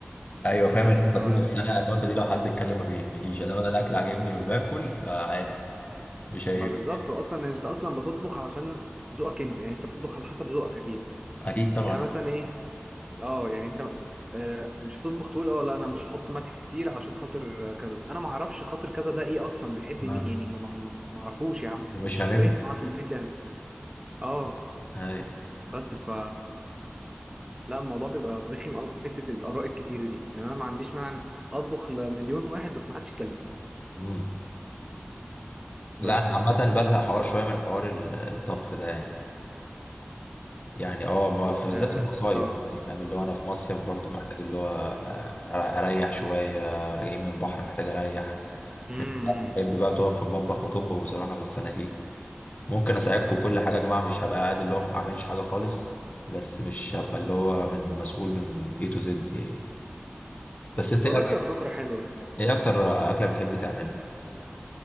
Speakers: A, on the left (about 35°); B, on the right (about 20°).
A: ايوه فاهم
B: بس
A: النقطه
B: ف
A: دي بس انا النقطه دي لو حد اتكلم ما بيهمنيش انا انا الاكل عاجبني وباكل فعادي مش هيهمني
B: ما بالظبط اصلا انت اصلا بتطبخ علشان ذوقك انت يعني انت بتطبخ على حسب ذوقك اكيد
A: اكيد طبعا
B: يعني مثلا ايه اه يعني انت آه، مش هتطبخ تقول اه لا انا مش هحط ملح كتير عشان خاطر كذا انا ما اعرفش خاطر كذا ده ايه اصلا بيحب مين
A: آه.
B: يعني ما ما- ما- ما اعرفوش يا عم
A: ومش
B: مش
A: هاممني
B: <laughs> بايت معاه في البيت يعني اه
A: اي
B: بس ف لا الموضوع بيبقى رخم قوي في حته الاراء الكتيره دي يعني انا ما عنديش مانع اطبخ لمليون واحد بس ما حدش يتكلم
A: <laughs> مم.
B: بس
A: لا انا
B: يعني
A: عامه بزهق حوار شويه من حوار ال- الطبخ ده يعني يعني اه ما- في بالذات
B: اه
A: المصايف
B: اه
A: يعني فاهم اللي هو انا في مصيف برضو محتاج اللي هو آه، اريح شويه راجعين من بحر محتاج اريح
B: امم
A: في ناس بقى بتحب بقى تقف في المطبخ وتطبخ بصراحه بس انا ايه ممكن اساعدكم كل حاجه يا جماعه مش هبقى قاعد اللي هو ما بعملش حاجه خالص بس مش هبقى اللي هو من مسؤول من A to Z يعني بس انت
B: بس
A: ايه
B: والله بتبقى
A: أك-
B: فكره حلوه
A: إيه اكتر اكله بتحب تعملها